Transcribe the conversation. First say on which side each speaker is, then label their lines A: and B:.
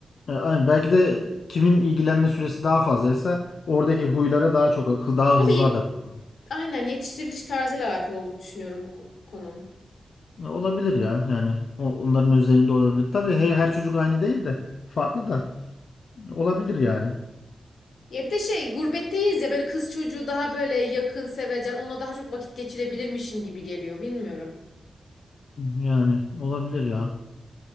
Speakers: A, on the left; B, on the left.
A: E, aynen. Belki de kimin ilgilenme süresi daha fazlaysa oradaki huylara daha çok hı- daha
B: Tabii
A: hızlı
B: yet-
A: adapte.
B: aynen yetiştiriliş tarzıyla alakalı olduğunu düşünüyorum bu ko- konunun.
A: E, Olabilir ya yani O- onların üzerinde olabilir. Tabii her, her çocuk aynı değil de farklı da olabilir yani.
B: Ya bir de şey gurbetteyiz ya böyle kız çocuğu daha böyle yakın sevecen onunla daha çok vakit geçirebilirmişim gibi geliyor bilmiyorum.
A: Yani olabilir ya.